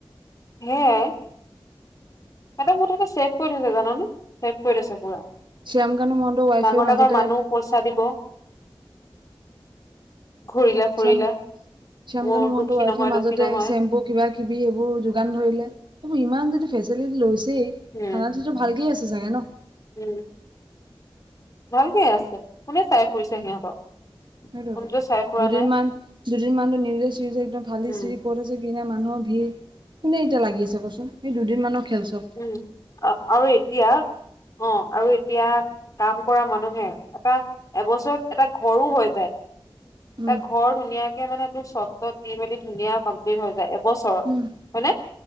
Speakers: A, on the left; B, on the right.
A: <unintelligible> <unintelligible> মোৰ তাতে ছেভ কৰি থৈছে জানানে, ছেভ কৰি থৈছে পুৰা।
B: শ্যামকানু মহন্তৰ ৱাইফে
A: ডাঙৰ
B: মাজতে
A: ডাঙৰ মানুহ পইচা দিব। ঘূৰিলে ফুৰিলে
B: শাম শ্যামকানু
A: মোৰ
B: মহন্তটোৰ
A: দুখী
B: ৱাইফ
A: নহয়
B: মাজতে
A: দুখী নহয়
B: চেম্পু কি বা টি বি সেইবোৰ যোগান ধৰিলে সেইবোৰ ইমান যদি ফেচিলিটি লৈছেই থানাট
A: উম
B: টো ভালকে আছে চাগে ন।
A: উম। ভালকেই আছে কোনে চাই ফুৰিছে সিহঁতক।
B: সেই
A: কোনোটোৱে চাই ফুৰা
B: দুদিন
A: নাই
B: মান, দুদিন মানটো নিউজে চিউজে একদম ফালি
A: উম
B: চিৰি কৰিছে। মানুহৰ ভিৰ কোনে এতিয়া লাগি আছে কচোন সেই দুদিন মানৰ খেল চব।
A: উম, আৰু এতিয়া অ' আৰু এতিয়া কাম কৰা মানুহে এটা এবছৰত এটা ঘৰো হৈ যায়। এটা
B: উম
A: ঘৰ ধুনীয়া একে মানে তোৰ চত তট দি মেলি ধুনীয়া কমপ্লিট হৈ যায়। বছৰত
B: উম
A: হয়নে